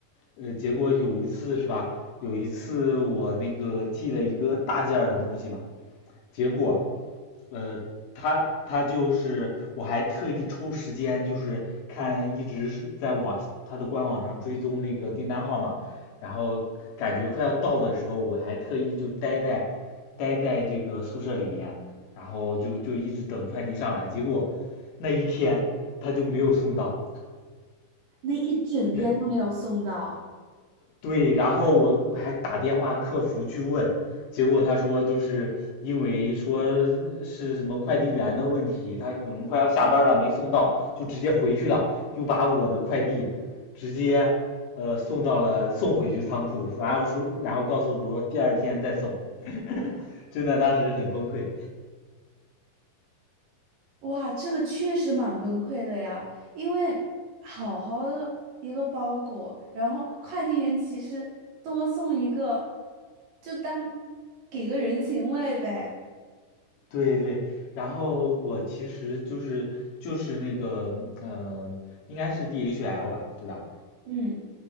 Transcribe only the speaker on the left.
呃，结果有一次是吧？有一次我那个寄了一个大件儿的东西嘛，结果呃，他他就是我还特意抽时间，就是看一直是在网他的官网上追踪那个订单号码，然后感觉快要到的时候，我还特意就待在待在这个宿舍里面，然后就就一直等快递上来，结果那一天他就没有送到，
人。对，然后我我还打电话客服去问，结果他说就是因为说是什么快递员的问题，他可能快要下班了没送到，就直接回去了，又把我的快递直接呃送到了送回去仓库，然后说然后告诉我说第二天再送，<laughs> 真的当时很崩溃。
对对，然后我其实就是就是那个嗯、呃应该是 DHL 吧，对吧？